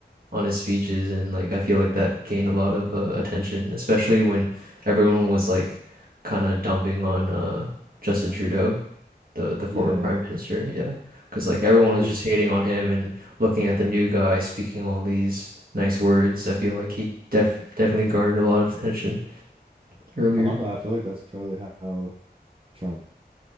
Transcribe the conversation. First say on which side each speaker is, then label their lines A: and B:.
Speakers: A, on the right; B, on the right.
A: on his speeches, and like I feel like that gained a lot of uh, attention, especially when everyone was like kind of dumping on uh, Justin Trudeau. the the former
B: Yeah.
A: prime minister. Yeah, because like everyone
B: I
A: was
B: mean,
A: just hating on him and looking at the new guy speaking all these nice words. I feel like he def definitely garnered a lot of attention earlier.
B: I'm not gonna lie, I feel like that's probably how Trump